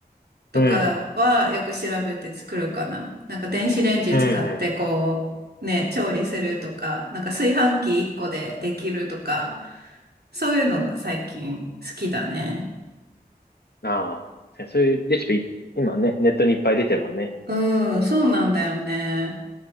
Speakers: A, on the right; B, on the left.
A: とかはよく調べて作るかな。
B: うん。
A: なんか電子レンジ使ってこうね、
B: うんう
A: 調理するとか、なんか炊飯器1個でできるとか。そういうのが最近好きだね。
B: ん。ああ、そういうレシピ、今ね、ネットにいっぱい出てるもんね。
A: うん、そうなんだよね。